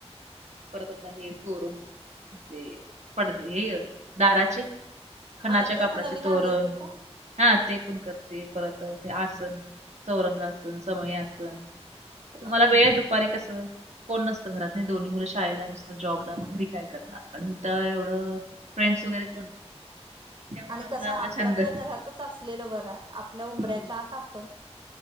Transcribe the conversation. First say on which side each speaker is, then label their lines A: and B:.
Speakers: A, on the right (about 90°); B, on the right (about 45°).
A: परत आता हे तोरण, आपले पडदे हे दाराचे, खणाच्या
B: हा ते
A: कापडाचे
B: तर नवीन
A: तोरण,
B: आलंय ते काय
A: हा ते पण करते. परत ते आसन, चौरंगासन, समई आसन.
B: हम्म
A: मला वेळ आहे, दुपारी कस, कोण नसतं घरात नी दोन्ही मुलं शाळेला, मिस्टर जॉबला, मग घरी काय करणार, आणि इथं एवढं, फ्रेंड्स वगैरे कोण त्यामुळे
B: आणि
A: आपला
B: कस आपल्या-
A: आपला छंद
B: आपल्या घरात, असलेल बर. आपल्या
A: हम्म.
B: ऊंबऱ्याच्या आत आपण.